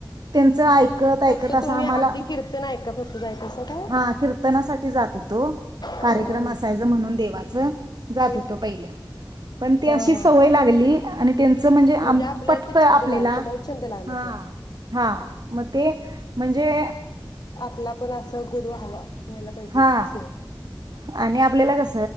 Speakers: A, on the right (about 55°); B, on the left (about 55°).
A: त्यांच आईक कत ऐकत
B: फक्त
A: अस
B: तुम्ही
A: आम्हाला
B: आधी कीर्तन ऐका फक्त जायचं असं काय?
A: हा कीर्तनासाठी जात होतो, कार्यक्रम
B: हम्म हम्म.
A: असायचं म्हणून देवाचं जात
B: हम्म
A: हुतो पयल पण ती
B: हा
A: अशी सवय
B: हा.
A: लागली आणि तेंच म्हणजे आम
B: आपल्याला
A: पटतय
B: तो छंद
A: आपल्याला,
B: लागला तुम्हाला छंद लागला
A: हा
B: तो
A: हा म ते म्हणजे
B: पला पण अस गुरु हवा. घ्यायला पाहिजे
A: हा
B: हसं
A: आणि आपल्याला कस